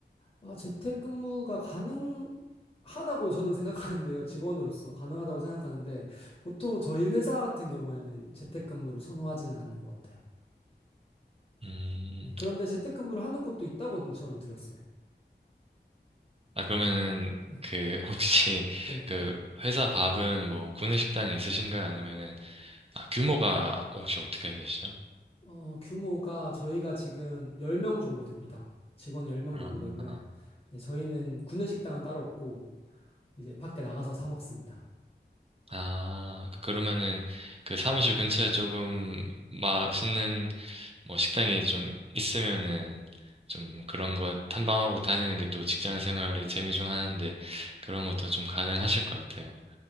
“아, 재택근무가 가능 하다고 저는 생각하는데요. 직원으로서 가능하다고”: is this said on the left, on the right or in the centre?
Left